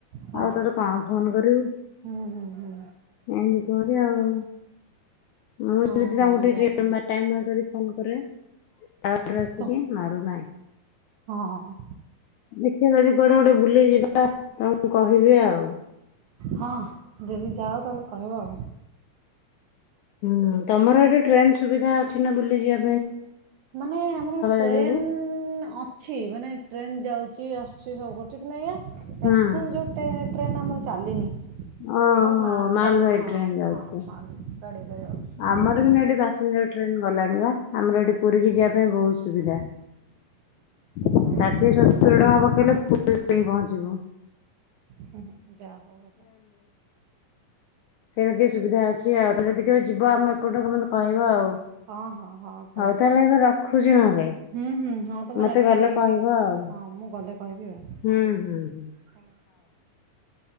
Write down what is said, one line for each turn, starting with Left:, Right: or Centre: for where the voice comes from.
Right: ହଁ
Left: ଆଉ ତୋତେ କଣ ଫୋନ କରିବୁ
Right: ହୁଁ ହୁଁ ହୁଁ
Left: ଏମତି କରିଆ ଆଉ। ମୁଁ
Right: ହଁ
Left: ଯଦି
Right: ହଁ
Left: ତାଙ୍କୁ ଟିକେ
Right: ଯାହା କହିଲ
Left: ଟିକେ ଟାଇମ୍ ବାହାର କରି ଫୋନ କରେ ପ୍ଲାଣ୍ଟରୁ ଆସିକି
Right: କ
Left: ମରିନାହିଁ।
Right: ହଁ।
Left: ଦେଖିବା ଯଦି କୁଆଡେ ଗୋଟେ ବୁଲିଯିବା ତମକୁ କହିବି ଆଉ।
Right: ହଁ ଯଦି ଯାଅ ତାହେଲେ କହିବ ଆଉ।
Left: ହୁଁ ତମର ଏଠି ଟ୍ରେନ ସୁବିଧା ଅଛି ନା ବୁଲିଯିବା
Right: ମାନେ ଆମର ଟ୍ରେନ
Left: ଜାଗାକୁ?
Right: ଅଛି ମାନେ ଟ୍ରେନ ଯାଉଛି ଆସୁଛି ସବୁ କରୁଛି କିନ୍ତୁ ଏହା ପ୍ୟାସେଞ୍ଜର
Left: ହୁଁ
Right: ଟ୍ରେନ ଆମର ଚାଲିନି।
Left: ଅହୋ
Right: ଆମର ମାଲ
Left: ମାଲବାଇ
Right: ଫାଲ ହଁ
Left: ଟ୍ରେନ ଯାଉଛି।
Right: ହଁ ମାଲ ଗାଡିରେ ଯାଉଛି ସବୁ।
Left: ଆମର କିନ୍ତୁ ଏଠି ପାସେଞ୍ଜର ଟ୍ରେନ୍ ଗଲା ଣି ପା ଆମର ଏଠି ପୁରୀ କିି ଯିବା ପାଇଁ ବହୁତ ସୁବିଧା। ଆ।
Right: ନାଇଁ
Left: ଷାଠିଏ
Right: ଆମର
Left: ସତୁରି
Right: କଣ
Left: ଟଙ୍କା ପକେଇଲେ ପୁ ରୀ ପହଞ୍ଚିବ।
Right: ହଁ ହଁ। ଯା ହଉ ଭଲ।
Left: ସେଇଟା ଟିକେ ସୁବିଧା ଅଛି ଆଉ ତମେ ଯଦି କେବେ ଯିବ ଆମେ ଏପଟୁ ମତେ କହିବ ଆଉ।
Right: ହଁ ହଁ ହଁ କହିବି
Left: ହଉ ତାହେଲେ
Right: ଆଉ
Left: ଏବେ ରଖୁଛି ନହେଲେ
Right: ହୁଁ ହୁଁ ହଁ ତମ
Left: ମତେ
Right: ନେଟୱର୍କ
Left: ଗଲେ
Right: ଟିକେ‌
Left: କହିବ ଆଉ
Right: ହଁ ମୁଁ ଗଲେ କହିବି ଆଉ
Left: ହୁଁ
Right: ହଉ
Left: ହୁଁ ହୁଁ
Right: ହଉ।